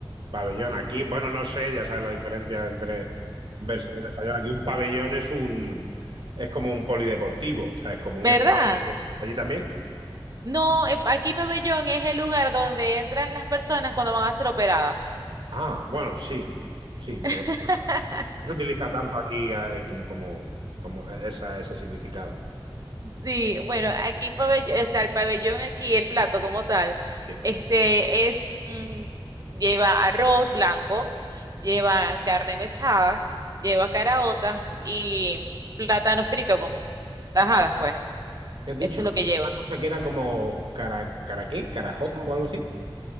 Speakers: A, on the right (about 60°); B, on the right (about 40°).
A: Pabellón. Aquí, bueno, no sé, ya sabes la diferencia entre versión en español. Aquí un pabellón es un es como un polideportivo, ¿sabes? Como
B: ¿Verdad?
A: un espacio de- ¿Allí también?
B: No, eh, aquí pabellón es el lugar donde entran las personas cuando van a ser operadas.
A: Ah, bueno, sí, sí, pero
B: <laughs>
A: bueno, no se utiliza tanto aquí eh, como, como esa, ese significado.
B: Sí, bueno, aquí pabellón, o sea, el pabellón aquí, el plato como tal,
A: Sí.
B: este es un- lleva arroz blanco, lleva carne mechada, lleva caraota y plátano frito con tajadas, pues.
A: ¿Qué has dicho?
B: Eso es lo
A: Has
B: que
A: dicho
B: lleva.
A: Una cosa que era como cara, ¿cara qué? ¿Carajota o algo así?